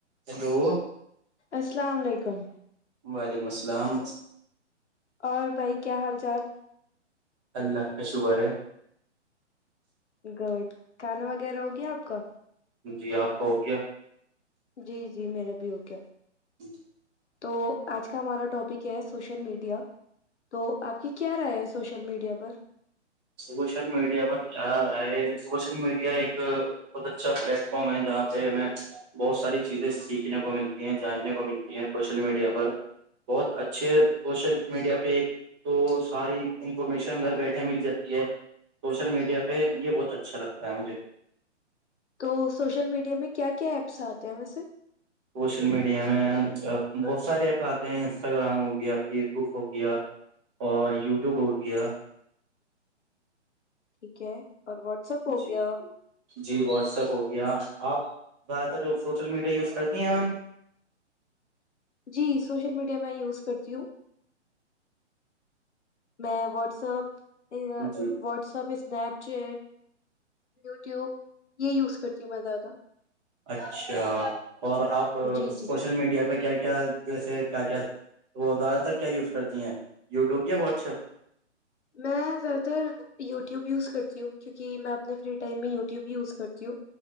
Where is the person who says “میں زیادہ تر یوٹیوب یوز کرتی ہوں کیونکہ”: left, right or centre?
Left